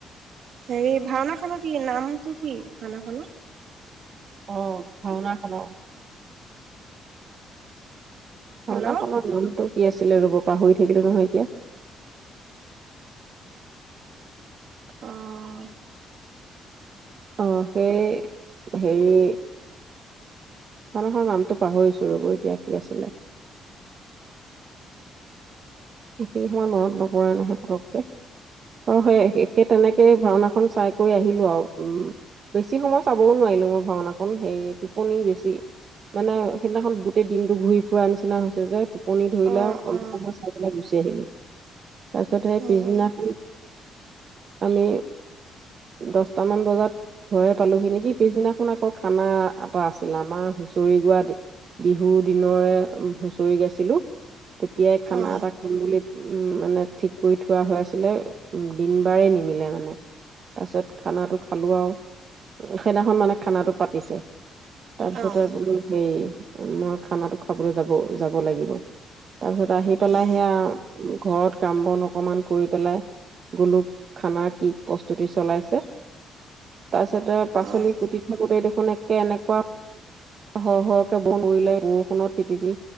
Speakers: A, on the right; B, on the right.
A: হেৰি ভাওনাখনৰ কি নামটো কি ভাওনাখন
B: অ ভাওনাখনৰ
A: হেল্ল'
B: ভাওনা খনৰ নামটো কি আছিলে ৰ'ব পাহৰি থাকিলো নহয় এতিয়া
A: অ',
B: আহ সেই হেৰি ভাওনা খনৰ নামটো পাহৰিছো ৰব এতিয়া কি আছিলে এখিনি সময় মনত নপৰে নহয় পতককে ত সেই সেই তেনেকে ভাওনাখন চাই কৰি আহিলো আও উম বেছি সময় চাবও নোৱাৰিলো মই ভাওনাখন সেই টোপনি বেছি মানে সেইদিনাখন গোটেই দিনতটো ঘূৰি ফুৰা নিচিনা হৈছে যে টোপনি ধৰিলা
A: অ',
B: অলপ
A: অ',
B: <inaudible> গুচি আহিলো ত <unintelligible> তাতে
A: অ',
B: পিছদিনাখন আমি দছটামান বজাত ঘৰে পালোহি নেকি পিছদিনাখন আকৌ খানা এটা আছিল আমাৰ হুচৰি গোৱা বিহুৰ দিনৰে হুচৰি গাইছিলো তেতিয়াই খানা
A: অ',
B: এটা ফুল বুলি উম মানে ঠিক কৰি থোৱা হৈ আছিলে দিন বাৰে নিমিলে মানে তাৰপিছত খানাটো খালো আৰু সেইদিনাখন মানে খানাটো পাতিছে তাৰপিছত
A: অ',
B: বোলো সেই মই খানাটো খাবলৈ যাব যাব লাগিব তাৰ পিছত আহি পেলাই
A: অ',
B: সেয়া ঘৰত কাম বন অকমান কৰি পেলাই গলোঁ খানা কি প্ৰস্তুতি চলাইছে। তাৰ পিছতে পাচলি
A: অ',
B: কুটি থাকোতেই দেখোন একে এনেকুৱা, সৰ সৰহকে বন উৰিলে বৰষুণত তি তি